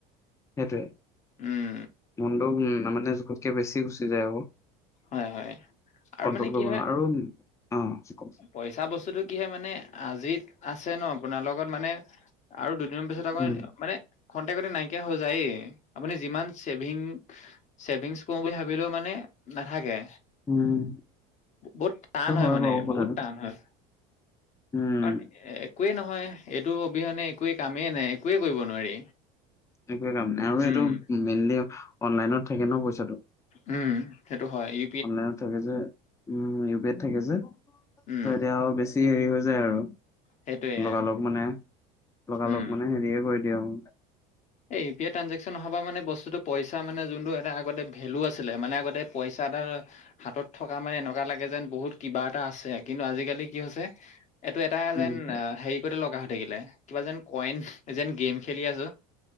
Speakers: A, on the left; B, on the left.
A: সেইটোৱে
B: উম
A: মনটো তাৰ মানে জোখতকে বেছি গুচি যায় আকৌ।
B: হয়, হয় আৰু
A: কন্ট্ৰল
B: মানে
A: কৰিব
B: কি হয়।
A: নোৱাৰো আৰু অ কওকচোন।
B: পইছা বস্তুটো কি হয় মানে আজিত আছে ন আপোনাৰ লগত মানে আৰু দুদিনৰ পিছত আকৌ
A: উম
B: মানে ক্ষন্তেকতে নাইকিয়া হৈ যায়েই আপুনি যিমান ছেভিং ছেভিংছ কৰো বুলি ভাবিলেও মানে নাথাকে।
A: উম
B: বহুত টান
A: সেইটো
B: হয় মানে
A: বাৰু কথাটো
B: বহুত টান হয়।
A: উম
B: কাৰণ একোৱে নহয় এইটো অবিহনে একোৱে কামেই নাই একোৱেই কৰিব নোৱাৰি।
A: একোৱে কাম নাই আৰু
B: উম
A: এইটো মেইনলি অনলাইনত থাকে ন পইচাটো।
B: উম, সেইটো হয় ই
A: অনলাইনত থাকে যে, উ' ইউ-পিত থাকে যে
B: উম
A: ত' এতিয়া আৰু বেছি হেৰি হৈ যায় আৰু।
B: সেইটোৱে
A: লগালগ
B: আৰু।
A: মানে, লগালগ
B: উম
A: মানে হেৰিয়ে কৰি দিওঁ আৰু।
B: এই ইউ-পি-আই ট্ৰে্জেকচন অহাৰ পৰা মানে বস্তুটো পইচা মানে যোনটো এটা আগতে ভেলু আছিলে মানে আগতে পইচা এটা হাতত থকা মানে এনেকুৱা লাগে যেন বহুত কিবা এটা আছে কিন্তু আজিকালি কি হৈছে এইটো এটা
A: উম
B: যেন হেৰি কৰিতে লগা হৈ থাকিলে কিবা যেন কইন যেন গেম খেলি আছোঁ।